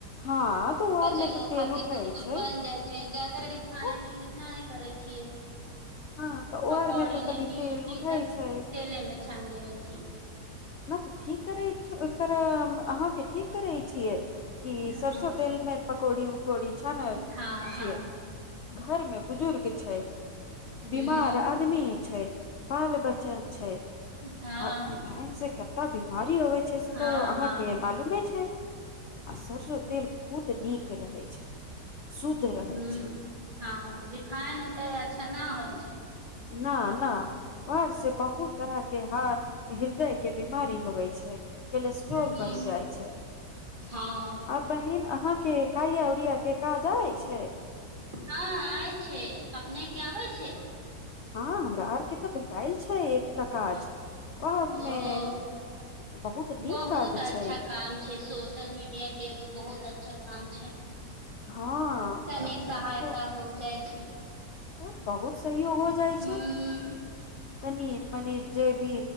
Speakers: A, on the left; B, on the right.
A: हँ तऽ ओ
B: बच्चो
A: आर मे तऽ तेल
B: खातिर
A: उठै
B: कुछ कुछ
A: छै
B: बन जाइ छै जदा रिफाइन
A: तऽ
B: यूजना है। करै छियै।
A: हँ तऽ ओ
B: पकौड़ी
A: आरमे तऽ
B: लिट्टी
A: तनी तेल
B: उट्टी
A: उठै
B: सब तेले
A: छै
B: में छान दे। जी।
A: ना तऽ ठीक करै छ अहाँके ठीक करैत छियै। क
B: हँ
A: सरस्वतेल म। पकौड़ी। कोड़ी छने
B: हँ हँ
A: छियै। घरमे। बुजुर्ग छै
B: हूँ
A: बीमार आदमी छै बाल बच्चा। छै छै। अखन
B: हँ
A: से। कर बीमार होइ। छै से
B: हँ
A: तऽ अहाँके
B: हँ
A: मालूमे छै। आ सरसों तेल बहुत नीक रहै छै। शुद्ध रहे
B: ह
A: छै
B: हँ रिफाइन होतै अच्छा न होत। छै।
A: न न वर से बहुत तरह के ह हृदय के बिीमारी होवे छै। कोलेस्ट्रॉल
B: हूँ
A: बढ़ि जाइत छै
B: हँ
A: आ बहिन अहा के कारिया उऊरिया के काजबइ छै
B: हँ आ छै अपने क आबै छै
A: हँ हमरा आर के तऽ भेटाइल छै एकटा काज
B: ह
A: वह
B: ओ
A: मे बहुत नीक
B: बहुत
A: काज
B: अच्छा
A: छै
B: काम छै सोशल मीडिया के एगो बहुत अच्छा काम छै
A: हँ
B: तनी सहायता
A: एगो
B: हो जाइ छै
A: तऽ बहुत तहियो हो जाइ
B: हूँ
A: छै तनीर मनीर जे भी